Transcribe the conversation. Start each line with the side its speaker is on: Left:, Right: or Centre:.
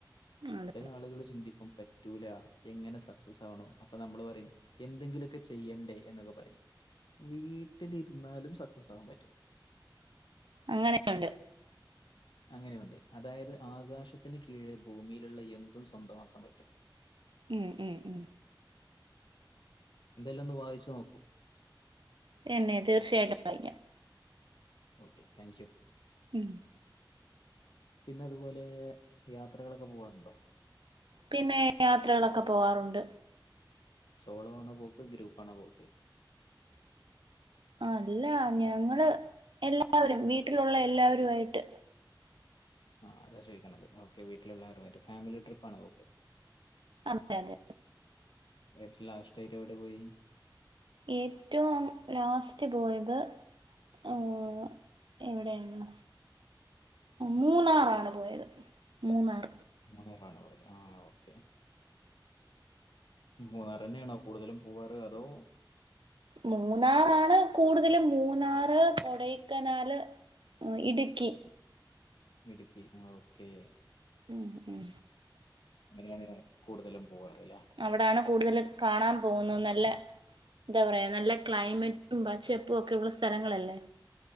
Right: ആള്
Left: ചെല ആളുകൾ ചിന്തിക്കും പെ റ്റൂലാ എങ്ങനെ സക്സസാണോ അപ്പൊ നമ്മള് പറയും എന്തെങ്കിലുക്കെ ചെയ്യണ്ടേ എന്നൊക്കെ പറയും വീട്ടിലിർന്നാലും സക്സസാവാൻ പറ്റും
Right: അങ്ങനെക്കുണ്ട്
Left: അങ്ങനെയുണ്ട് അതായത് ആകാശത്തിന് കീഴെ ഭൂമിയിലുള്ള എന്തും സ്വന്തമാക്കാൻ പറ്റും
Right: ഉം ഉം ഉം
Left: ന്തേലൊന്ന് വായിച്ച് നോക്കൂ
Right: എന്നെ തീർച്ചയായിട്ടും വായിക്കാം
Left: ഓക്കെ താങ്ക്യൂ
Right: ഉം
Left: പിന്നെ അതുപോലെ യാത്രകളൊക്കെ പോവാറുണ്ടോ
Right: പിന്നെ യാത്രകളൊക്കെ പോകാറുണ്ട്
Left: സോളോ ആണോ പോക്ക് ഗ്രൂപ്പാ ണോ പോക്ക്
Right: അല്ല ഞങ്ങള് എല്ലാവരും വീട്ടിലുള്ള എല്ലാവരു ആയിട്ട്
Left: ആഹ് അതാ ചോയ്ക്ക്ണത് ഓക്കെ വീട്ടിലുള്ളാരുയിട്ട് ഫാമിലി ട്രിപ്പാണ് പോക്ക്
Right: അതെ അതെ
Left: ഏറ്റും ലാസറ്റായിട്ട് എവിടെ പോയി
Right: ഏറ്റും ലാസ്റ്റ് പോയത് ആഹ് എവിടെയാണ് മൂന്നാറാണ് പോയത് മൂന്നാർ
Left: മൂന്നാർ ആണ് പോയത് ആഹ് ഓക്കേ മൂന്നാരന്നെണോ കൂടുതലും പോവാറ് അതോ
Right: മൂന്നാറാണ് കൂടുതല് മൂന്നാറ് കൊടൈക്കനാല് ഇടുക്കി
Left: ഇടുക്കി ആഹ് ഓക്കേ
Right: ഉം ഉം
Left: അങ്ങനെയാണ് കൂടുതലും പോവാറ്ല്ലേ
Right: അവിടാണ് കൂടുതൽ കാണാൻ പോകുന്നത് നല്ല ന്താ പറയാ നല്ല ക്ലൈമറ്റും പചപ്പും ഒക്കെ ഉള്ളസ്ഥലങ്ങളല്ലേ